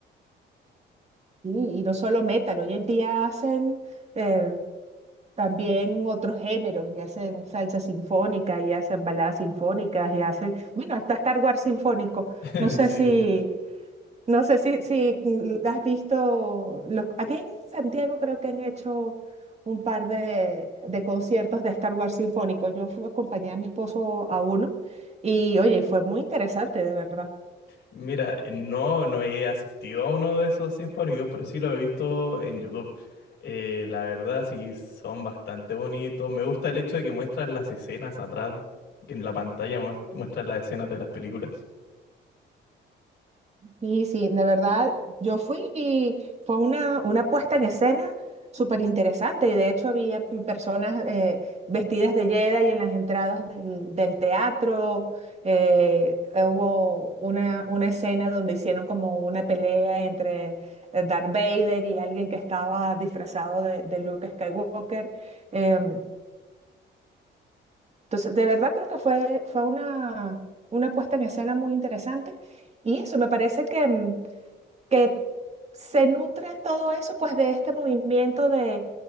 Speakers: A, on the right; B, on the left.
A: Sí, y no solo metal, hoy en día hacen eh, también otros géneros, y hacen salsa sinfónica, y hacen baladas sinfónicas, y hacen, bueno, hasta Star Wars sinfónico.
B: <laughs>
A: No sé
B: Sí.
A: si, no sé si, si mm, has visto, los, aquí en Santiago creo que han hecho un par de, de conciertos de Star Wars sinfónico. Yo fui acompañada a mi esposo a uno, y oye, fue muy interesante, de verdad.
B: Mira, no, no he asistido a uno de esos sinfónicos, pero sí lo he visto en YouTube. Eh, la verdad, sí, son bastante bonitos. Me gusta el hecho de que muestran las escenas atrás, en la pantalla muest- muestran las escenas de las películas.
A: Sí, sí, de verdad, yo fui y fue una, una puesta en escena súper interesante. Y de hecho había p- personas eh, vestidas de Jedi en las entradas del, del teatro. Eh, hubo una, una escena donde hicieron como una pelea entre eh, Darth Vader y alguien que estaba disfrazado de, de Luke Skywalker. Em, entonces, de verdad creo que fue, fue una, una puesta en escena muy interesante. Y eso me parece que... mm, que se nutre todo eso, pues de este movimiento de,